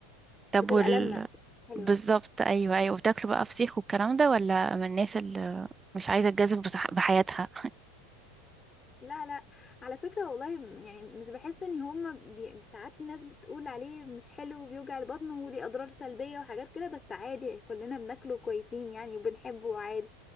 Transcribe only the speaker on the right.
طب
وال
بالظبط ايوه ايوه وبتاكلوا بقى فسيخ والكلام ده ولا من الناس اللي مش عايزة تجازف بصح... بحياتها